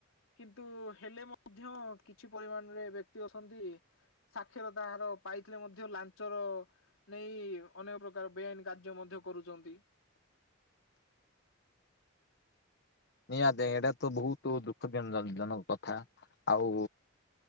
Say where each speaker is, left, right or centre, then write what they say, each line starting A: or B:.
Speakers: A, on the left; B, on the left.
A: କିନ୍ତୁ ହେଲେ ମଧ୍ୟ କିଛି ପରିମାଣରେ ବ୍ୟକ୍ତି ଅଛନ୍ତି ସାକ୍ଷରତା ହାର ପାଇଥିଲେ ମଧ୍ୟ ଲାଞ୍ଚର ନେଇ ଅନେକ ପ୍ରକାର ବେଆଇନ୍‌ କାର୍ଯ୍ୟ ମଧ୍ୟ କରୁଚନ୍ତି।
B: ନିହାତି ଏଇଟା ତ ବହୁତ ଦୁଃଖ ଜନିନ ଜନକ କଥା ଆଉ